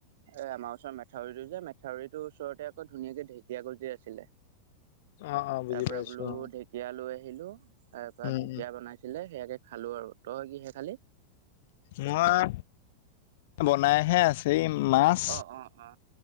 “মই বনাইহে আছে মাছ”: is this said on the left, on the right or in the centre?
Left